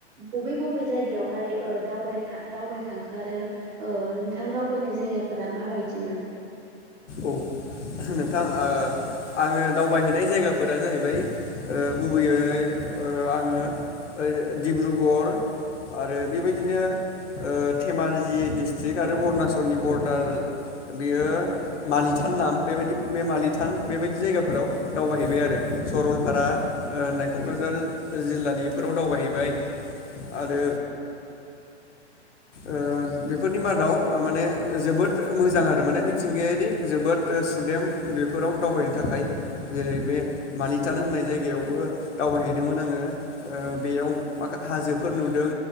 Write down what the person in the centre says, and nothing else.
बबे बबे जायगायावहाय दबाय दावबायखांखो आरो ओ नोंथां दावबायनाय जायगाफोरा मा बायदिमोन?